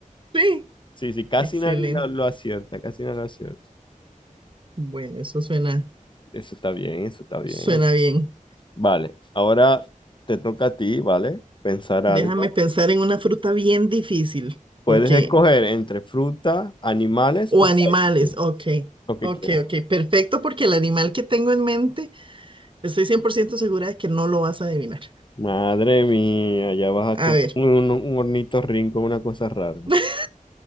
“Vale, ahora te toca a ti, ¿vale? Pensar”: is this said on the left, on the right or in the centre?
Left